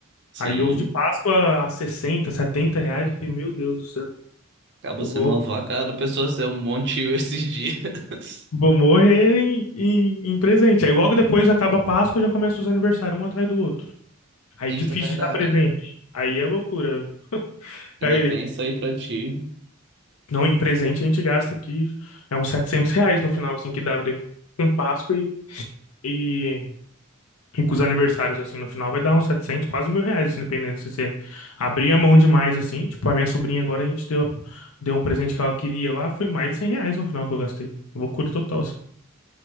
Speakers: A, on the right (about 55°); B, on the left (about 70°).
A: sim.
B: Aí ovo de Páscoa a 60 70 reais. Eu falei, meu Deus do céu.
A: Acaba
B: eu
A: sendo
B: vou
A: uma facada, a pessoa ser um bom tio esses dias.
B: Vou morrer em, em- em presente. Aí logo depois acaba a Páscoa e já começa os aniversários um atrás do outro.
A: <laughs>
B: Aí
A: Isso
B: difícil
A: é verdade.
B: de dar presente. Aí é loucura.
A: Ainda
B: Aí,
A: tem isso aí pra ti.
B: não, em presente a gente gasta aqui é uns 700 reais no final, assim, que dá de- com Páscoa e, e, e com os aniversários, assim, no final vai dar uns 700, quase mil reais, assim, dependendo se você abrir a mão demais, assim. Tipo, a minha sobrinha agora a gente deu, deu um presente que ela queria lá, foi mais de 100 reais no final que eu gastei. Loucura total, assim.